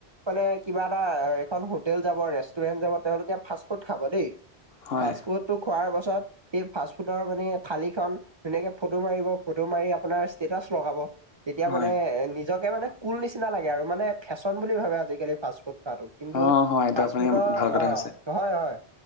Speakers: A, on the right (about 35°); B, on the left (about 65°).
A: মানে কিবা এটা এখন হোটেল যাব ৰেষ্টুৰেণ্ট যাব তেওঁলোকে ফাষ্ট ফুড খাব দেই।
B: হয়
A: ফাষ্টফুড টো খোৱাৰ পাছ পিছত এই ফাষ্ট ফুডৰ মানে থালি খন ধুনীয়াকে ফটো মাৰিব ফটো মাৰি আপোনাৰ ষ্টেটাচ লগাব তেতিয়া
B: হয়।
A: মানে নিজকে মানে কুল নিচিনা লাগে আৰু মানে ফেশ্বন বুলি ভাবে আজিকালি ফাষ্টফুড। খোৱাটো কিন্তু
B: অ হয় এইটো
A: ফাষ্ট
B: আপুনি
A: ফুডৰ
B: ভাল কথা
A: অ,
B: কৈছে
A: হয়-হয়।